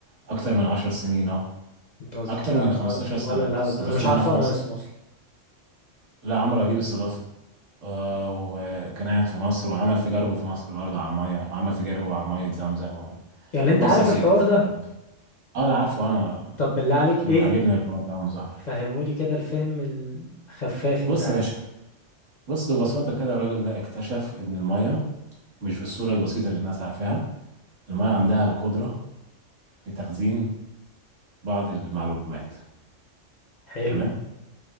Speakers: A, on the right; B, on the left.
A: اكتر من عشر سنين اه
B: بتهزر
A: اكتر
B: لا
A: من 15
B: ولا
A: سنة
B: الهوا
A: استضافوه
B: انا مش عارف
A: هنا في
B: اقرا
A: مصر
B: اسمه اصلا
A: لا عمرو اديب استضافه آه وكان قاعد في مصر وعمل تجاربه في مصر برضه على المية وعمل تجاربه على مية زمزم و...
B: يعني انت
A: بص
B: عارف
A: يا سيدي
B: الحوار
A: الفكرة
B: ده
A: ما فيه اه لا عارفه انا أنا
B: طب بالله عليك
A: كان
B: ايه
A: عاجبني الحوار ده يا عم زهر
B: فهمولي كده الفهم الخفاف
A: بص
B: انت عارف
A: يا باشا بص ببساطة كده الراجل ده اكتشف إن المية مش بالصورة البسيطة اللي الناس عارفاها المية عندها القدرة في تخزين بعض المعلومات
B: حلو
A: تمام